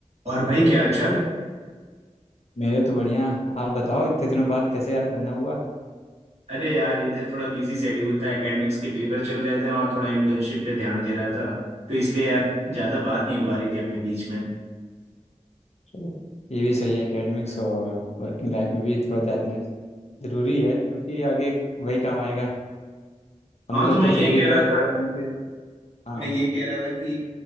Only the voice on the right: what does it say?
और भाई क्या हालचाल
अरे यार इधर थोड़ा बिजी शेड्यूल था एकेडमिक्स के पेपर चल रहे थे और थोड़ा इंटर्नशिप पे ध्यान दे रहा था तो इसलिए यार ज्यादा बात नहीं हो पा रही थी अपने बीच में
हाँ
तो मैं
ये
कह
रहा था
मैं
ये कह रहा था कि